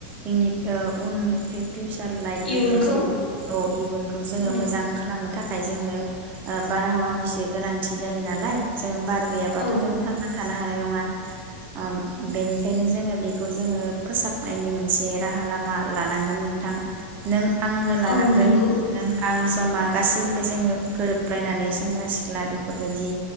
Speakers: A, on the right; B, on the left.
A: जोंनि ओ उन फिउसार लाइफ
B: इयुनखौ
A: बेखौ जोङो अ इयुनखौ जोङो
B: औ
A: मोजां। नो थाखाय जोंनो ओ बारहावा निसो गोनांथि जायो नालाइ जोंङो बार गैयाबाथ
B: औ
A: जों थांना थानो हानाय नङा ओ बेनिखायनो जोङो बेखौ जोङो फोसाबनायनि मोनसे राहा लामा लानांगोन नोंथां नों आंनो लानांगोन
B: औ नंगौ
A: नों आं समा गासैबो जोङो गोरोबलायनानै सेंग्रा सिख्ला बेफोरबायदि